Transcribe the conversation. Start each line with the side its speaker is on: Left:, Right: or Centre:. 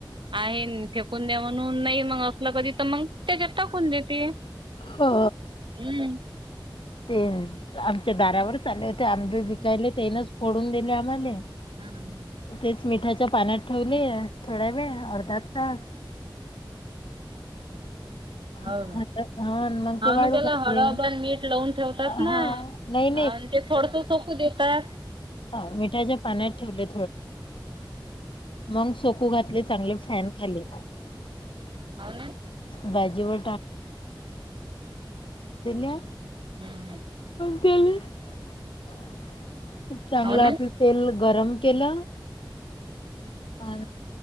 Right: आहे फेकून द्या म्हणून नाही मग असलं कधी. मग त्याच्यात टाकून देते
Left: हो
Right: हम्
Left: ते आमच्या दारावरच आले होते आंबे विकायले तेनच फोडून दिले आम्हाले
Right: हम्म हम्म
Left: तेच मिठाच्या पाण्यात ठेवले थोड्या वेळ अर्धा तास हा
Right: हो का...
Left: मग
Right: हाव
Left: ते वाळू
Right: ना त्याला
Left: घातले
Right: हळद अन मीठ लावून ठेवतात ना
Left: हा नाही
Right: आणि ते थोडसं सोकु देतात
Left: ह मिठाच्या पाण्यात ठेवले मग सोकू घातले चांगले फॅन खाली
Right: हो ना
Left: भाजीवर <inaudible>
Right: हम्म हम्म
Left: <unintelligible> खूप चांगलं
Right: हो ना
Left: आपलं तेल गरम केलं हा...